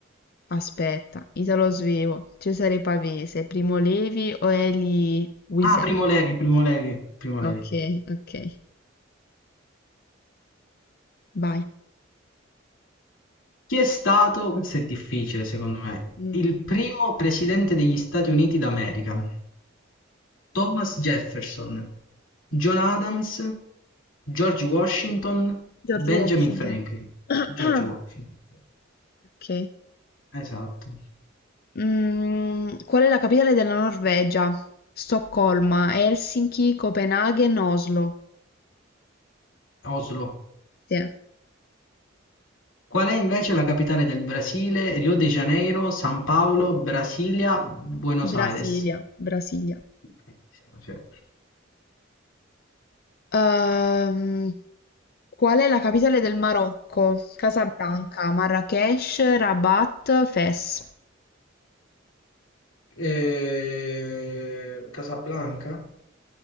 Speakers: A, on the left; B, on the left.
A: Aspetta, Italo Svevo, Cesare Pavese, Primo Levi o Eli Wiesel?
B: Ah, Primo Levi, Primo Levi, Primo Levi.
A: Okay, okay. Vai.
B: Chi è stato, questo è difficile secondo me,
A: Mm,
B: il primo presidente degli Stati Uniti d'America? Thomas Jefferson, John Adams, George Washington,
A: George
B: Benjamin
A: Washington.
B: Franklin.
A: <coughs>
B: George
A: <clears throat>
B: Washington, sì.
A: Ok.
B: esatto.
A: Mm, qual è la capitale della Norvegia? Stoccolma, Helsinki, Copenaghen, Oslo.
B: Oslo.
A: Sì,
B: Qual è invece la capitale del Brasile? Rio de Janeiro, San Paolo, Brasilia, Buenos
A: Brasilia,
B: Aires.
A: Brasilia.
B: Bellissimo, cioè.
A: Ehm, qual è la capitale del Marocco? Casablanca, Marrakesh, Rabat, Fes.
B: Eh, Casablanca?